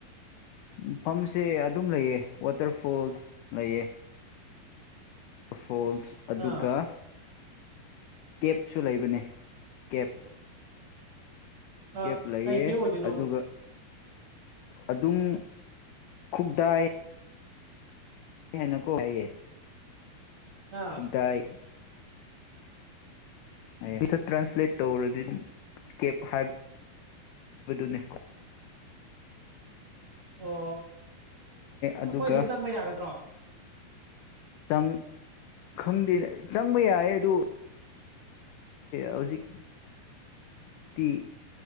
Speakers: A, on the left; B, on the right.
A: ꯃꯐꯝꯁꯦ ꯑꯗꯨꯝ ꯂꯩꯑ ꯋꯥꯇꯔ ꯐꯣꯜꯁ ꯂꯩꯑ ꯐꯣꯜꯁ ꯑꯗꯨꯒ
B: ꯑꯥ
A: ꯀꯦꯞꯁꯨ ꯂꯩꯕꯅꯦ ꯀꯦꯞ
B: ꯑꯥ
A: ꯀꯦꯞ ꯂꯩꯌꯦ
B: ꯀꯩ ꯀꯦꯝ ꯑꯣꯏꯗꯣꯏꯅꯣꯕ
A: ꯑꯗꯨꯒ ꯑꯗꯨꯝ ꯈꯨꯕꯗꯥꯑ ꯅꯀꯣ ꯍꯥꯏꯏꯌꯦ
B: ꯑꯥ
A: ꯈꯨ ꯇꯥꯏ ꯍꯊ ꯇ꯭ꯔꯥꯟꯁꯂꯦꯠ ꯇꯧꯔꯗꯤ ꯀꯦꯞꯕ ꯍꯥꯏꯕꯗꯨꯅꯤ
B: ꯑꯣ
A: ꯑꯗꯨꯒ
B: ꯑꯩꯈꯣꯏ ꯑꯗꯨꯝ ꯆꯪꯕ ꯌꯥꯒꯗ꯭ꯔꯣ
A: ꯪ ꯈꯪꯗꯦ ꯆꯪꯕ ꯌꯥꯌꯦ ꯑꯗꯨ ꯍꯧꯖꯤꯛꯛꯇꯤ